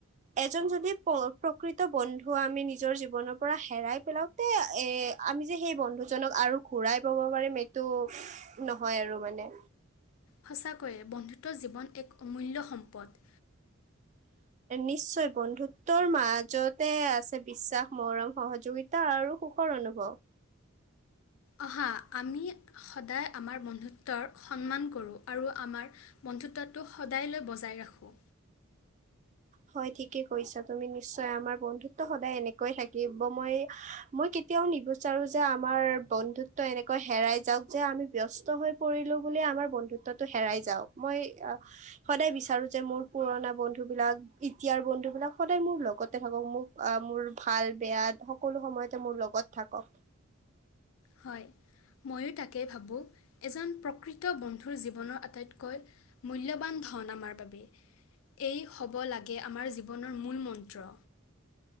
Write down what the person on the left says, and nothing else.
সঁচাকৈয়ে বন্ধুত্ব জীৱন এক অমূল্য সম্পদ।
অহা আমি সদায় আমাৰ বন্ধুত্বৰ সন্মান কৰোঁ আৰু আমাৰ বন্ধুত্বটো সদায় লৈ বজাই ৰাখোঁ।
হয়। ময়ো তাকে ভাবোঁ, এজন প্ৰকৃত বন্ধুৰ জীৱনৰ আটাইতকৈ মূল্যবান ধন আমাৰ বাবে। এই হ'ব লাগে আমাৰ জীৱনৰ মূল মন্ত্ৰ।